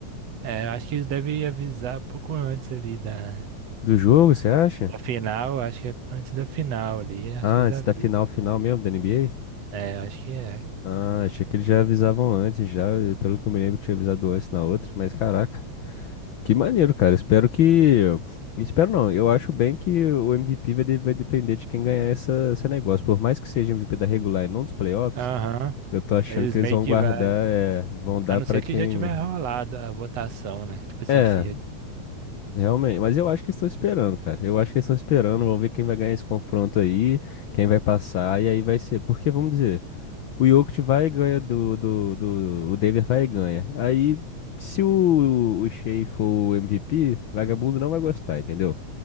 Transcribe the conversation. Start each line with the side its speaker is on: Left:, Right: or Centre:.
Right: É, eu acho que eles devem avisar um pouco antes ali da,
Left: Do jogo, você acha?
Right: da final. Acho que é antes da final ali. Acho
Left: Ah,
Right: que eles
Left: antes
Right: avisam.
Left: da final, final mesmo da NBA?
Right: É, acho que é.
Left: Ah, achei que eles já avisavam antes, já. Pelo que eu me lembro, tinha avisado antes na outra, mas caraca. Que maneiro, cara. Espero que. Espero não. Eu acho bem que o MVP vai, de- vai depender de quem ganhar essa, esse negócio. Por mais que seja MVP da regular e não dos playoffs,
Right: Aham.
Left: eu tô achando
Right: Mas Eles
Left: que
Right: meio
Left: eles vão
Right: que
Left: guardar,
Right: vai.
Left: é, vão dar
Right: A não
Left: pra
Right: ser que
Left: quem.
Right: já tiver rolado a votação, né? Tipo assim,
Left: É,
Right: se já,
Left: realmente. Mas eu acho que eles estão esperando, cara. Eu acho que eles estão esperando. Vamos ver quem vai ganhar esse confronto aí, quem vai passar, e aí vai ser. Porque, vamos dizer. O Jokic vai e ganha do, do, do. O Denver vai e ganha. Aí, se o, o Shea for o MVP, vagabundo não vai gostar, entendeu?